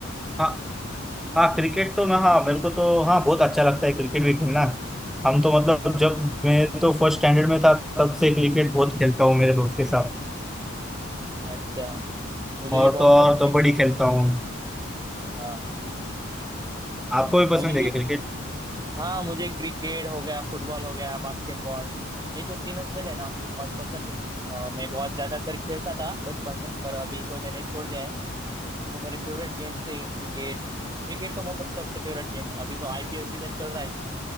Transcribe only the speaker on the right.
हम्म, हम्म,
अच्छा मुझे
भी बहुत
पसंद
है क्रिकेट
हाँ
मुझे
भी
हाँ मुझे क्रिकेट हो गया फुटबॉल हो गया बास्केटबॉल ये जो तीनों खेल है ना मुझे बहुत पसंद है अ, मैं बहुत ज्यादातर खेलता था बचपन में पर अभी तो मैंने छोड़ दिया है वो मेरे फेवरेट गेम्स थे क्रिकेट क्रिकेट तो मतलब सबसे फेवरेट गेम है अभी तो आईपीएल सीजन चल रहा है